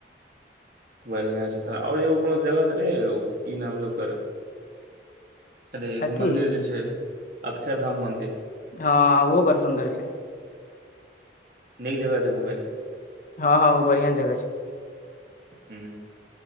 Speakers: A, on the right (about 55°); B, on the left (about 45°).
A: बढ़िआँ छै तऽ आओर एगो कोनो जगह तऽ रहै ओ की नाम रहै ओकर अरे एगो
B: अथी
A: मंदिर जे छै अक्षर धाम मंन्दिर
B: हँ ओहो बड़ सुन्दर छै
A: नीक जगह छै घुमय लऽ
B: हँ हँ ओ बढ़िया जगह छै
A: हं